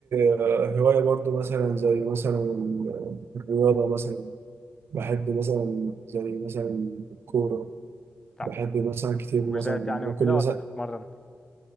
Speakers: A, on the right; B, on the left.
A: آه، هوايه برضو مثلا زي مثلا الرياضه مثلا بحب
B: أمم
A: مثلا زي مثلا الكوره
B: بتلعب
A: بحب مثلا كتير
B: حجوزات
A: مثلا
B: يعني وكده
A: كل مثلا
B: ولا بتتمرن؟